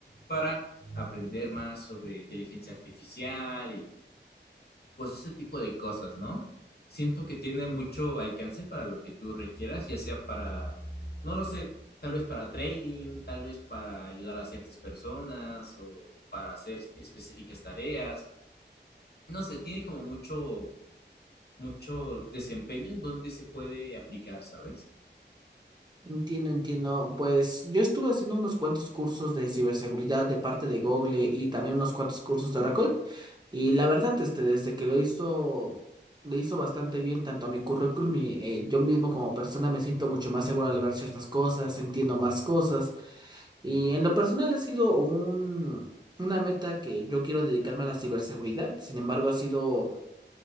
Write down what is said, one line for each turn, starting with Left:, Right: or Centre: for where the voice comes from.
Left: para aprender más sobre inteligencia artificial pues ese tipo de cosas, ¿no? Siento que tiene mucho alcance para lo que tú requieras, ya sea para, no lo sé, tal vez para trading, tal vez para ayudar a ciertas personas o para hacer específicas tareas. No sé, tiene como mucho, mucho desempeño en donde se puede aplicar, ¿sabes?
Right: Entiendo, entiendo. Pues yo estuve haciendo unos cuantos cursos de ciberseguridad de parte de Google y también unos cuantos cursos de Oracle. Y la verdad, este, desde que lo hizo, le hizo bastante bien tanto a mi currículum y eh, yo mismo como persona me siento mucho más seguro al ver ciertas cosas, entiendo más cosas. Y en lo personal ha sido un, una meta que yo quiero dedicarme a la ciberseguridad. Sin embargo, ha sido